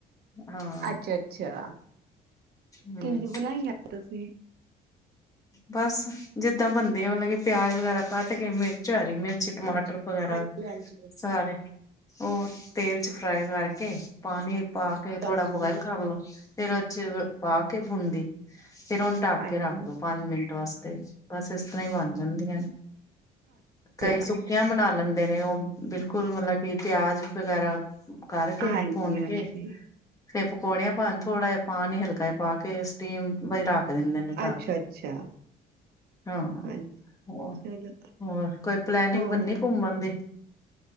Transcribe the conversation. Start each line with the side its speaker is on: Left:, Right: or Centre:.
Left: ਹਾਂ
Right: ਅੱਛਾ ਅੱਛਾ
Left: ਹੂੰ
Right: ਕਿਹਿੰਦੀ ਬਣਾਈਆਂ ਤੁਸੀਂ <unintelligible>
Left: ਬਸ ਜਿੱਦਾਂ ਬੰਦੇ ਆ ਮਤਲਬ ਕਿ ਪਿਆਜ ਵਗੈਰਾ ਕੱਟ ਕੇ ਮਿਰਚ ਆ ਹਰੀ ਮਿਰਚ ਟਮਾਟਰ
Right: ਹਾਂਜੀ
Left: ਵਗੈਰਾ
Right: ਹਾਂਜੀ ਹਾਂਜੀ
Left: ਸਾਰੇ ਉਹ ਤੇਲ ਚ ਫਰਾਈ ਕਰਕੇ ਪਾਣੀ ਪਾ ਕੇ ਥੋੜਾ
Right: ਹਾਂਜੀ।
Left: ਬੋਇਲ ਕਰਲ ਲੋ ਫਿਰ ਪਾ ਕੇ ਬੁੰਦੀ ਫੇਰ ਉਹਨੂੰ ਢੱਕ
Right: ਹਾਂਜੀ
Left: ਕੇ ਰੱਖ ਮਿੰਟ ਵਾਸਤੇ ਬਸ <unintelligible> ਇਸ ਤਰ੍ਹਾਂ ਹੀ ਬਣ ਜਾਂਦੀਆਂ ਨੇ
Right: ਅੱਛਾ
Left: ਕਈ ਸੁੱਕੀਆਂ ਬਣਾ ਲੈਂਦੇ ਨੇ ਉਹ ਬਿਲਕੁਲ ਮਤਲਬ ਕਿ ਪਿਆਜ ਵਗੈਰਾ ਕਰਕੇ
Right: ਹਾਂਜੀ
Left: ਭੁੰਨ
Right: ਹਾਂਜੀ
Left: ਕੇ ਫੇਰ ਪਕੌੜਿਆਂ ਪਾ ਥੋੜ੍ਹਾ ਜਿਹਾ ਪਾਣੀ ਹਲਕਾ ਪਾ ਕੇ ਸਟੀਮ ਲਗਾ ਕੇ ਢੱਕ ਦਿੰਦੇ ਨੇ
Right: ਅੱਛਾ ਅੱਛਾ
Left: ਹਾਂ
Right: ਹਾਂਜੀ।
Left: ਹੋਰ
Right: ਚਲੋ
Left: ਹੋਰ ਕੋਈ ਪਲੈਨਿੰਗ
Right: ਹੋਰ
Left: ਬੰਨੀ ਘੁੰਮਣ <inaudible>